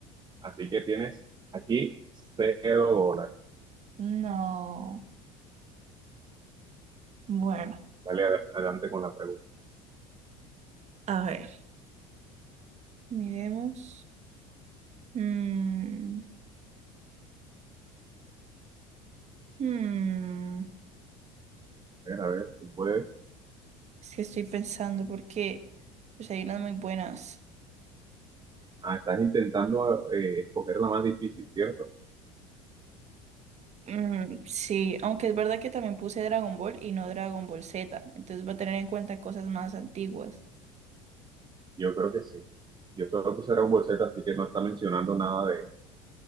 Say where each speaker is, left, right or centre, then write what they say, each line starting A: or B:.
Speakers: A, on the right (about 25°); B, on the right (about 40°).
A: Así que tienes aquí cero dólares.
B: no. Bueno,
A: Dale ad- adelante con la pregunta.
B: a ver, miremos. Mm, mm,
A: A ver, a ver, tú puedes.
B: es que estoy pensando porque pues, hay unas muy buenas.
A: Ah, estás intentando eh, escoger la más difícil, ¿cierto?
B: Mm, sí, aunque es verdad que también puse Dragon Ball y no Dragon Ball Z, entonces va a tener en cuenta cosas más antiguas.
A: Yo creo que sí. Yo solo puse Dragon Ball Z, así que no está mencionando nada de,